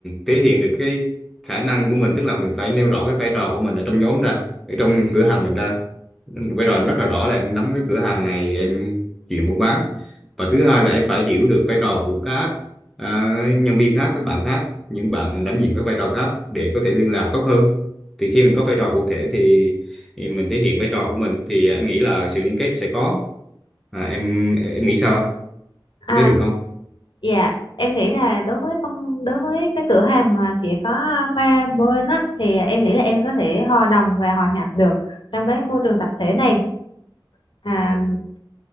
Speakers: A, in the centre; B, on the left.
A: thể hiện được cái khả năng của mình tức là mình phải nêu rõ cái vai trò của mình ở trong nhóm ra ở trong cửa hàng mình ra vai trò em rất là rõ là em nắm cái cửa hàng này em chuyện buôn bán và thứ hai là em phải hiểu được vai trò của các à, nhân viên khác các bạn khác những bạn đảm nhiệm các vai trò khác để có thể liên lạc tốt hơn thì khi mình có vai trò cụ thể thì, thì mình thể hiện vai trò của mình thì anh nghĩ là sự liên kết sẽ có à, em em nghĩ sao
B: À,
A: em thấy được không
B: Dạ, em nghĩ là đối với công đối với cái cửa hàng mà chỉ có ba bên á thì em nghĩ là em có thể hòa đồng và hòa nhập được trong cái môi trường tập thể này. À,